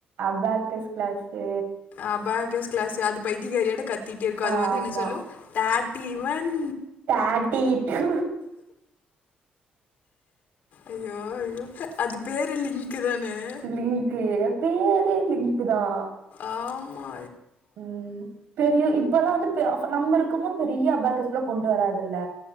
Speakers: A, on the right (about 80°); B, on the left (about 55°).
A: அபாக்கஸ் கிளாஸ்ஸு
B: அபாக்கஸ் கிளாஸ் அது பைத்தியகாரியாட்ட கத்திட்டே இருக்கு அது
A: ஆமா
B: வந்து என்ன சொல்லு தாட்டிவொன்
A: தாட்டிட்டூ
B: ஐயோ ஐயோ அது பேரு லிங்க்கு தானே <inaudible>
A: லிங்க்கு பேரே லிங்க் தான்
B: ஆமா
A: ம் பெரிய இப்பல்லா வந்து பெ அஃ நம்ம இருக்கமோ பெரிய அபாக்கஸ்ல கொண்டு வராதுல்ல